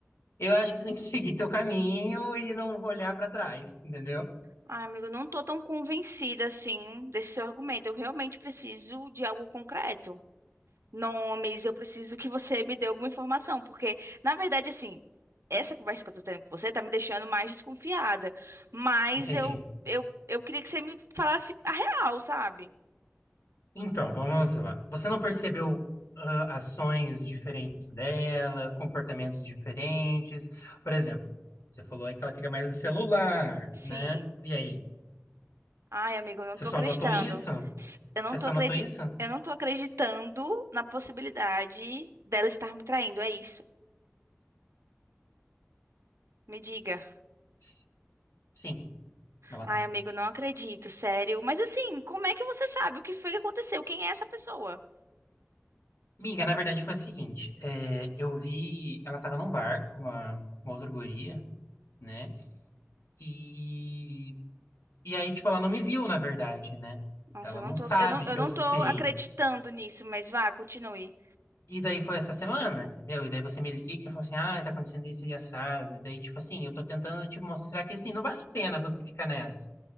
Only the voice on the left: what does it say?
eu acho que você tem que <laughs> seguir teu caminho e não olhar pra trás, entendeu?
Entendi.
Então, vamos lá. Você não percebeu, ah, ações diferentes dela, comportamentos diferentes? Por exemplo, você falou aí que ela fica mais no celular,
né? E aí,
você
só
notou isso?
Você
só
notou isso?
S- Sim, ela
tá.
Miga, na verdade foi a seguinte, é, eu vi, ela tava num bar com uma, uma outra guria, né? E, e aí, tipo, ela não me viu, na verdade, né?
Ela
não
sabe
que
eu sei.
E daí foi essa semana, entendeu? E daí você me liga que falou assim, ah, tá acontecendo isso e assado. E daí, tipo assim, eu tô tentando te mostrar que, assim, não vale a pena você ficar nessa.